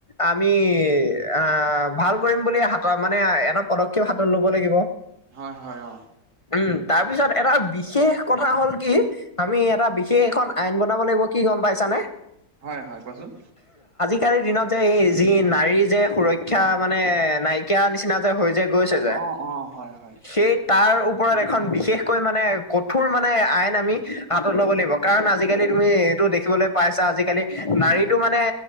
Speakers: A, on the left; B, on the right.
A: আমি আ, ভাল কৰিম বুলি হাত মানে এটা পদক্ষেপ হাতত ল'ব লাগিব।
B: হয় হয় অ'।
A: উম, তাৰপিছত এটা বিশেষ কথা হ'ল কি আমি এটা বিশেষ এখন আইন বনাব লাগিব কি গম পাইছানে?
B: হয় হয় কোৱাছোন।
A: কালিৰ দিনত যে এই যি নাৰী যে সুৰক্ষা মানে নাইকিয়া নিচিনা যে হৈ যায় গৈছে যে
B: অ অ হয় হয়
A: সেই তাৰ ওপৰত এখন বিশেষকৈ মানে কঠোৰ মানে আইন আমি হা তত ল'ব লাগিব কাৰণ আজিকালি তুমি এইটো দেখিবলৈ পাইছা আজিকালি, নাৰীটো মানে